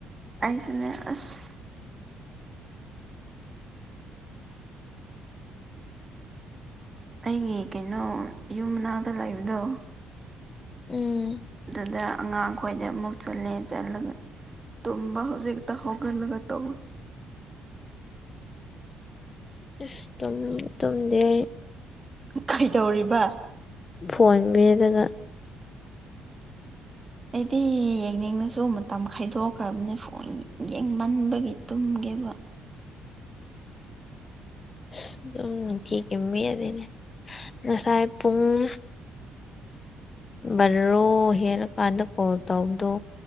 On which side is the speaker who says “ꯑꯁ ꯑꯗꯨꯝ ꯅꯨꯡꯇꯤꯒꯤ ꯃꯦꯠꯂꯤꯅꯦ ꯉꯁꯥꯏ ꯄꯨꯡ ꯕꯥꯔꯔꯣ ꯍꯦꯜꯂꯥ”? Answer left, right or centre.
Left